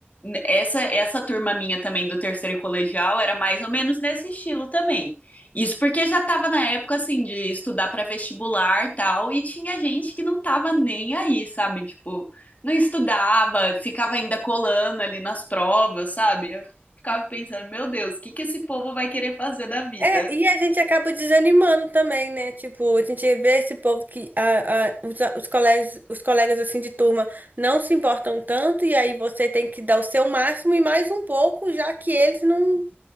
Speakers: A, on the left; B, on the right.
A: Essa, essa turma minha também do terceiro colegial era mais ou menos nesse estilo também. Isso porque já tava na época, assim, de estudar para vestibular e tal, e tinha gente que não tava nem aí, sabe? Tipo, não estudava, ficava ainda colando ali nas provas, sabe? Eu ficava pensando, meu Deus, o que que esse povo vai querer fazer da vida?
B: É, e a gente acaba desanimando também, né? Tipo, a gente vê esse povo que a, a- os, os colegas, os colegas assim de turma não se importam tanto, e aí você tem que dar o seu máximo e mais um pouco, já que eles não,